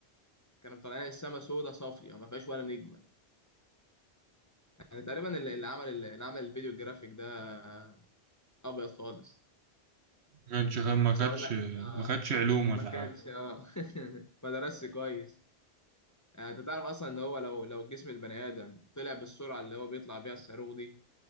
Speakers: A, on the left; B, on the right.
A: كانوا مطلعين السما سودة صافية ما فيهاش ولا نجمة يعني تقريبا اللي اللي عمل اللي عمل الفيديو الجرافيك ده أبيض خالص
B: ما خدش ما
A: طب
B: خدش
A: أقول لك آه
B: ما خدش علوم ولا
A: ما كانش
B: حاجة
A: آه <laughs> ما درسش كويس آه، أنت تعرف أصلا إن هو لو لو جسم البني آدم طلع بالسرعة اللي هو بيطلع بيها الصاروخ دي